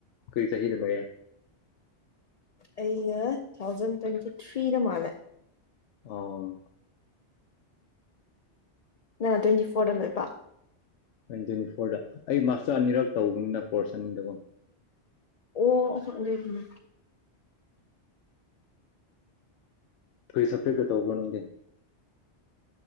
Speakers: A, on the left (about 85°); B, on the left (about 45°).
A: ꯀꯔꯤ ꯆꯍꯤꯗ ꯂꯣꯏꯌꯦ꯫
B: ꯑꯩꯅ ꯇꯨ ꯊꯥꯎꯖꯟ ꯇ꯭ꯋꯦꯟꯇꯤ ꯊ꯭ꯔꯤꯗ ꯃꯥꯜꯂꯦ꯫
A: ꯑꯣ꯫
B: ꯅꯪꯅ ꯇ꯭ꯋꯦꯟꯇꯤ ꯐꯣꯔꯗ ꯂꯣꯏꯕ꯫
A: ꯇ꯭ꯋꯦꯟ ꯇ꯭ꯋꯦꯟꯇꯤ ꯐꯣꯔꯗ ꯑꯩ ꯃꯥꯁꯇꯔ ꯑꯅꯤꯔꯛ ꯇꯧꯕꯅꯤꯅ ꯀꯣꯔꯁ ꯑꯅꯤꯗꯀꯣ꯫
B: ꯑꯣ <unintelligible>
A: ꯀꯔꯤ ꯁꯕꯖꯦꯛꯇ ꯇꯧꯕ꯭ꯔ ꯅꯪꯗꯤ